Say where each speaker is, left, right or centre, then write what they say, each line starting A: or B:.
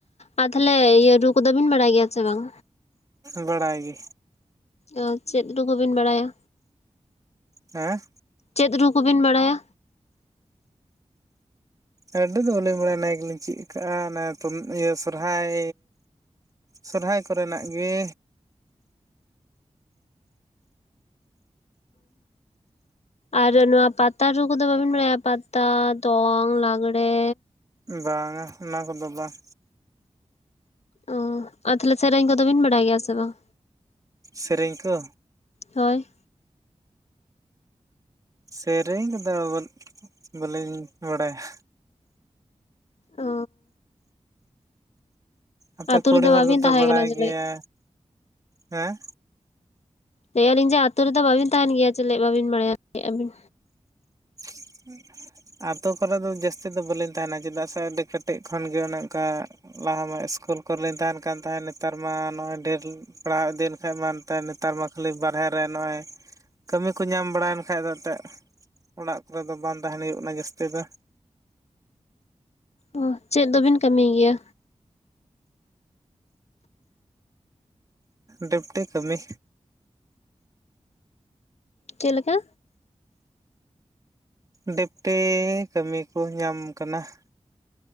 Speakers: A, on the left (about 65°); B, on the right (about 30°).
A: ᱟᱨ ᱛᱟᱦᱞᱮ ᱤᱭᱟᱹ ᱨᱩ ᱠᱚᱫᱚ ᱵᱤᱱ ᱵᱟᱲᱟᱭ ᱜᱮᱭᱟ ᱥᱮ ᱵᱟᱝ?
B: ᱵᱟᱲᱟᱟᱭ ᱜᱮ
A: ᱚ ᱪᱮᱫ ᱨᱩ ᱠᱚᱵᱮᱱ ᱵᱟᱲᱟᱭᱟ?
B: ᱦᱮᱸ
A: ᱪᱮᱫ ᱨᱩ ᱠᱚ ᱵᱤᱱ ᱵᱟᱲᱟᱭᱟ?
B: ᱟᱹᱰᱤ ᱫᱚ ᱵᱟᱹᱞᱤᱧ ᱵᱟᱲᱟᱭᱟ ᱱᱮ ᱜᱮᱞᱤᱧ ᱪᱮᱫ ᱠᱟᱜᱼᱟ᱾ ᱚᱱᱟ ᱫᱚ ᱤᱭᱟᱹ ᱥᱚᱨᱦᱟᱭ ᱥᱚᱨᱚᱦᱟᱭ ᱠᱚᱨᱮᱱᱟᱜ ᱜᱮ
A: ᱟᱨ ᱱᱚᱣᱟ ᱯᱟᱛᱟ ᱨᱩ ᱠᱚᱫᱚ ᱵᱟᱵᱤᱱ ᱵᱟᱲᱟᱭᱟ? ᱯᱟᱛᱟ ᱫᱚᱝ ᱞᱟᱸᱜᱽᱲᱮ
B: ᱵᱟᱝ-ᱟ ᱚᱱᱟ ᱠᱚᱫᱚ ᱵᱟᱝ
A: ᱚ ᱟᱨ ᱛᱟᱦᱞᱮ ᱥᱮᱨᱮᱧ ᱠᱚᱫᱚ ᱵᱤᱱ ᱵᱟᱲᱟᱭ ᱜᱮᱭᱟ ᱥᱮ ᱵᱟᱝ?
B: ᱥᱮᱨᱮᱧ ᱠᱚ
A: ᱦᱳᱭ,
B: ᱥᱮᱨᱮᱧ ᱠᱚᱫᱚ ᱵᱟᱹᱞᱤᱧ ᱵᱟᱲᱟᱭᱟ᱾
A: ᱚᱻ
B: ᱟᱯᱮ
A: ᱟᱛᱳ
B: ᱠᱩᱲᱤ
A: ᱨᱮᱫᱚ
B: ᱦᱚᱲ
A: ᱵᱟᱵᱤᱱ
B: ᱫᱚᱯᱮ
A: ᱛᱟᱦᱮᱸ
B: ᱵᱟᱲᱟᱭ
A: ᱠᱟᱱᱟ ᱪᱮᱞᱮᱫ
B: ᱜᱮᱭᱟᱻ ᱦᱮᱸ,
A: ᱞᱟᱹᱭ ᱟᱞᱤᱧ ᱡᱮ ᱟᱹᱛᱩ ᱨᱮᱫᱚ ᱵᱟᱹᱵᱤᱱ ᱛᱟᱦᱮᱱ ᱜᱮᱭᱟ᱾ ᱪᱮᱫ ᱵᱟᱵᱤᱱ ᱵᱟᱲᱟᱭᱟᱜᱼᱟ ᱞᱟᱹᱭ ᱟᱵᱤᱱ?
B: <unintelligible> ᱟᱹᱛᱳ ᱠᱚᱨᱮᱫ ᱫᱚ ᱡᱟᱹᱥᱛᱤ ᱫᱚ ᱵᱟᱹᱞᱤᱧ ᱛᱟᱦᱮᱱᱟ᱾ ᱪᱮᱫᱟᱜ ᱥᱮ ᱟᱹᱰᱤ ᱠᱟᱹᱴᱤᱡ ᱠᱷᱚᱱᱜᱮ ᱚᱱᱮ ᱚᱱᱠᱟ ᱞᱟᱦᱟ ᱢᱟ ᱤᱥᱠᱩᱞ ᱠᱚᱨᱮ ᱞᱤᱧ ᱛᱟᱦᱮᱱ ᱠᱟᱱ ᱛᱟᱦᱮᱸᱫ᱾ ᱱᱮᱛᱟᱨ ᱢᱟ ᱱᱚᱜᱼᱚᱭ ᱰᱷᱮᱨ ᱯᱟᱲᱦᱟᱣ ᱤᱫᱤᱭᱮᱱ ᱠᱷᱟᱡ ᱢᱟ ᱮᱱᱛᱮ ᱱᱮᱛᱟᱨ ᱢᱟ ᱠᱷᱟᱹᱞᱤ ᱵᱟᱨᱦᱮ ᱨᱮ ᱱᱚᱜᱼᱚᱭ ᱠᱟᱹᱢᱤ ᱠᱚ ᱧᱟᱢ ᱵᱟᱲᱟᱭᱮᱱ ᱠᱷᱟᱡ ᱫᱚ᱾ ᱮᱱᱛᱮᱫ ᱚᱲᱟᱜ ᱠᱚᱨᱮ ᱫᱚ ᱵᱟᱝ ᱛᱟᱦᱮᱱ ᱦᱩᱭᱩᱜ ᱠᱟᱱᱟ ᱡᱟᱹᱥᱛᱤ ᱫᱚ᱾
A: ᱚ ᱪᱮᱫ ᱫᱚᱵᱤᱱ ᱠᱟᱹᱢᱤᱭ ᱜᱮᱭᱟ?
B: ᱰᱤᱯᱴᱤ ᱠᱟᱹᱢᱤ,
A: ᱪᱮᱫ ᱞᱮᱠᱟ?
B: ᱰᱤᱯᱴᱤᱻ ᱠᱟᱹᱢᱤ ᱠᱚ ᱧᱟᱢ ᱠᱟᱱᱟᱹ ᱾